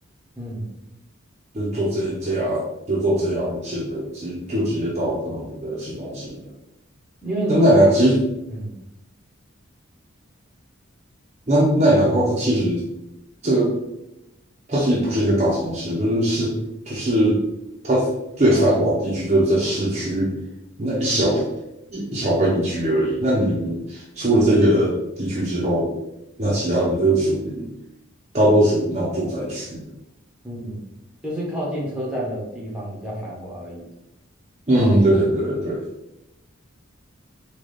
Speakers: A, in the centre; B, on the right.
A: 嗯。
B: 就是做这这 r 就做这 r 路线的，其实就直接到了他们的市中心了。
A: 因为你
B: 但奈良其实
A: 嗯
B: 那奈良的话，它其实这个它其实不是一个大城市，不是是就是它最繁华的地区就是在市区那一小
A: 嗯
B: 一一小块地区而已。那你出了这个地区之后，那其他的就属于大多属于那种住宅区。
A: 嗯就是靠近车站的地方比较繁华而已。
B: 嗯，对对对。
A: 嗯